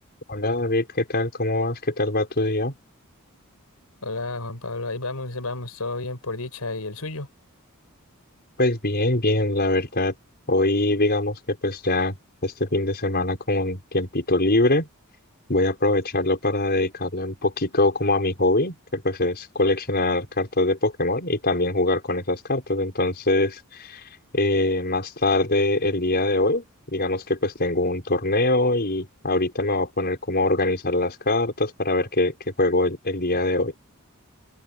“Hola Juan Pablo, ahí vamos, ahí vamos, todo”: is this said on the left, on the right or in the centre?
Left